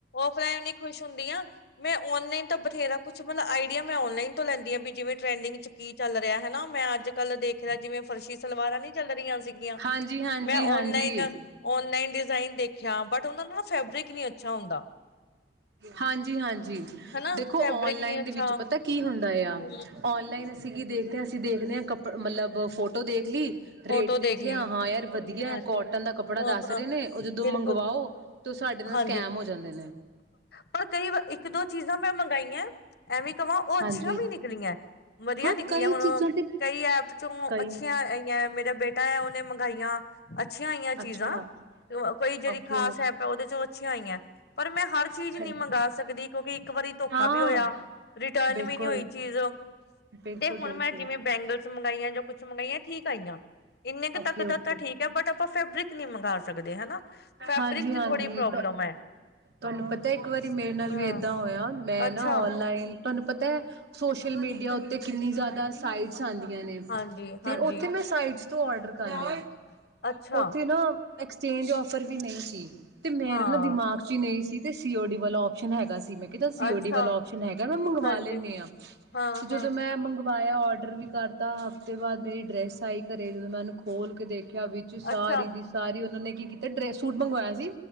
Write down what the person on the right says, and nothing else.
ਹਾਂਜੀ-ਹਾਂਜੀ,
ਹਾਂਜੀ। ਹਾਂਜੀ
ਹਾਂਜੀ ਹਾਂਜੀ
ਦੇਖੋ
ਔਨਲਾਈਨ
ਦੇ ਵਿੱਚ ਪਤਾ ਕੀ ਹੁੰਦਾ ਆ,
ਔਨਲਾਈਨ ਅਸੀਂ ਕੀ ਦੇਖਦੇ ਹਾਂ ਅਸੀਂ ਦੇਖ ਲੇਸ ਕੱਪੜ ਮਤਲਬ ਫੋਟੋ ਦੇਖ ਲਈ।
ਰੇਟ ਦੇਖ ਲਿਆ
ਹਾਂ ਯਾਰ ਵਧੀਆ,
ਕੋਟਨ ਦਾ ਕੱਪੜਾ
ਦੱਸ ਰਹੇ ਨੇ। ਓਥੋਂ
ਮੰਗਵਾਓ ਤੇ ਸਾਡੇ ਨਾਲ
ਸਕੈਮ ਹੋ ਜਾਂਦੇ ਨੇ।
ਹਾਂਜੀ
ਹਾਂ
ਕਈ
ਚੀਜ਼ਾਂ ਤੇ
ਕਈ
ਅੱਛਾ
ਓਕੇ
ਅੱਛਾ
ਹਾਂ
ਬਿਲਕੁਲ
ਬਿਲਕੁਲ
ਬਿਲਕੁਲ
ਓਕੇ
ਓਕੇ
ਹਾਂਜੀ,
ਹਾਂਜੀ।
ਤੁਹਾਨੂੰ ਪਤਾ ਇੱਕ ਵਾਰੀ ਮੇਰੇ ਨਾਲ
ਵੀ ਏਦਾਂ ਹੋਇਆ ਮੈਂ
ਨਾ ਔਨਲਾਈਨ ਤੁਹਾਨੂੰ ਪਤਾ ਹੈ ਸੋਸ਼ਲ ਮੀਡੀਆ ਉੱਤੇ ਕਿੰਨੀ ਜ਼ਿਆਦਾ ਸਾਈਡਜ਼ ਜਾਂਦੀਆਂ ਨੇ
ਤੇ
ਉੱਥੇ ਮੈਂ ਸਾਈਡਸ ਤੂੰ ਔਰਡਰ ਕਰ ਦੇ।
ਓਥੇ ਨਾ ਐਕਸਚੇਂ ਵਸ ਸਫ਼ਰ ਵੀ ਨਹੀਂ ਸੀ। ਤੇ ਮੇਰੇ
ਨਾ ਦਿਮਾਗ ਚ ਹੀ ਨਹੀਂ ਸੀ ਜੀ ਅਤੇ ਸੀ ਓ ਡੀ ਵੱਲੋਂ ਓਪਸ਼ਨ ਹੈਗਾ ਸੀ ਮੈਂ ਸੀਓ
ਡੀ ਵਾਲਾ ਸ਼ਨ ਹੈਗਾ ਮੈਂ ਮੰਗਵਾ
ਲੈਂਦੀ ਹਾਂ
ਤੇ ਜਦੋਂ
ਮੈਂ ਮੰਗਵਾਇਆ ਡਰ ਵੀ ਕਰਤਾ ਹਫ਼ਤੇ ਬਾਅਦ ਮੇਰੀ ਡਰੈੱਸ ਆਈ ਘਰੇ ਜਦੋਂ ਮੈਂ ਉਹਨੂੰ ਖੋਲ ਕੇ ਦੇਖ ਆ ਵਿੱਚ ਸਾਰੀ
ਦੀ ਸਾਰੀ ਉਹਨਾਂ ਨੇ ਅਤੇ ਡਰੈਸ ਸੂਟ ਮੰਗਵਾਇਆ ਸੀ